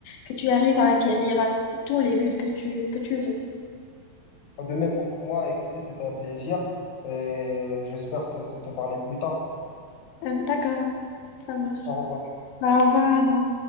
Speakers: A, on the left; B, on the left.
A: que tu arrives à acquérir à tous les buts que tu que tu veux.
B: De même pour moi, écoutez, c'était un plaisir. Et j'espère te, te, te parler plus tard.
A: Euh, d'accord, ça marche.
B: Au revoir.
A: Bah, au revoir.